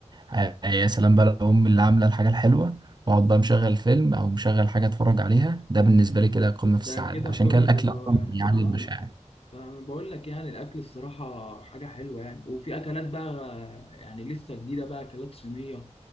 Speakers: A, on the right (about 35°); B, on the left (about 55°).
A: آه، يا سلام بقى لو امي اللي عامله الحاجه الحلوه واقعد بقى مشغل فيلم او مشغل حاجه اتفرج عليها ده بالنسبه لي كده قمه في
B: ده
A: السعاده
B: كده
A: عشان
B: في قمه
A: كده الاكل
B: الروقان
A: اصلا بيعلي
B: اه
A: المشاعر
B: لا، فبقول لك يعني الاكل الصراحه حاجه حلوه يعني وفي اكلات بقى يعني لسه جديده بقى اكلات صينيه